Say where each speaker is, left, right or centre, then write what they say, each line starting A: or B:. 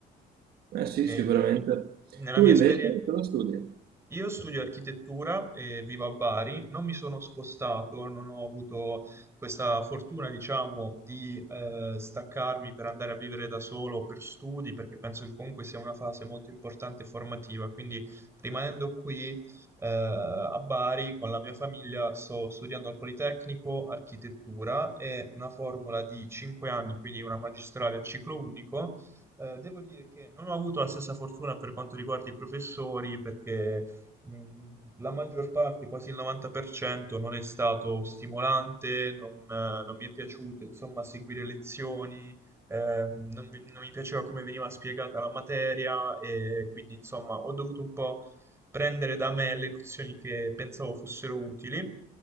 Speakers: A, on the right; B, on the right.
A: Eh sì, sicuramente.
B: E nella
A: Tu
B: mia
A: invece
B: esperienza,
A: cosa studi?
B: io studio architettura e vivo a Bari, non mi sono spostato, non ho avuto questa fortuna, diciamo, di eh, staccarmi per andare a vivere da solo o per studi, perché penso che comunque sia una fase molto importante e formativa. Quindi, rimanendo qui eh, a Bari con la mia famiglia, sto studiando al Politecnico architettura, è una formula di 5 anni, quindi una magistrale a ciclo unico eh, devo dire che non ho avuto la stessa fortuna per quanto riguarda i professori, perché mh, la maggior parte, quasi il 90%, non è stato stimolante, non, eh, non mi è piaciuto, insomma, seguire lezioni, ehm, non, mi non mi piaceva come veniva spiegata la materia e quindi, insomma, ho dovuto un po' prendere da me le nozioni che pensavo fossero utili,